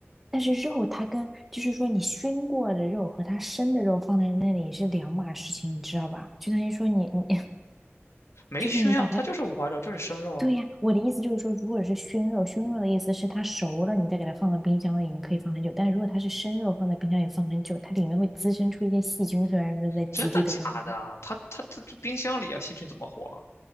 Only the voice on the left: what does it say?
没熏啊，
它就是五花肉，就是生肉啊。
真的假的啊？它它它这冰箱里啊，细菌怎么活啊？